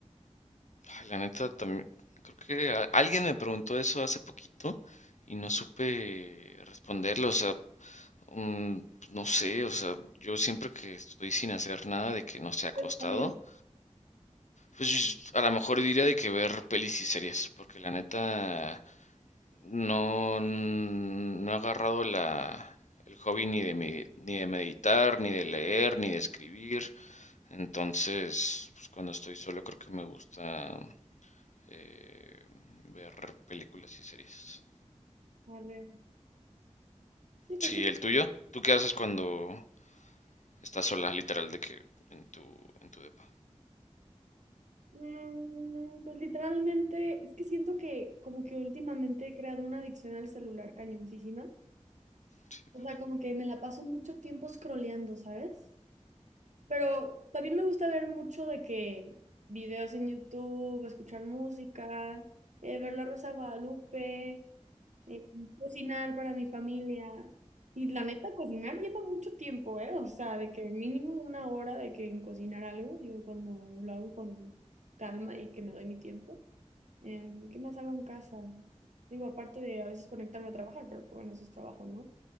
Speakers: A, on the left; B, on the right.
A: Ay, la neta, también, creo que a- alguien me preguntó eso hace poquito y no supe responderlo, o sea, Mm, no sé, o sea, yo siempre que estoy sin hacer nada de que no sea acostado,
B: Padre.
A: pues yo- a lo mejor diría de que ver pelis y series, porque la neta no, no he agarrado la, el hobby ni de, me- ni de meditar, ni de leer, ni de escribir. Entonces, pues cuando estoy solo creo que me gusta eh, ver películas y series.
B: A ver, sí, pues
A: Sí,
B: sí.
A: el tuyo. ¿Tú qué haces cuando estás sola, literal, de que en tu, en tu depa?
B: Mm, pues literalmente, es que siento que como que últimamente he creado una adicción al celular cañoncísima.
A: Sí,
B: O
A: pues
B: sea,
A: sí.
B: como que me la paso mucho tiempo scrolleando, ¿sabes? Pero también me gusta ver mucho de que videos en YouTube, escuchar música, eh, ver La Rosa de Guadalupe. eh, cocinar para mi familia. Y la neta, cocinar lleva mucho tiempo, ¿eh? O sea, de que mínimo una hora de que en cocinar algo, digo, cuando lo hago con calma y que me doy mi tiempo. Em, ¿qué más hago en casa? Digo, aparte de a veces conectarme a trabajar, pero pues, bueno, eso es trabajo, ¿no?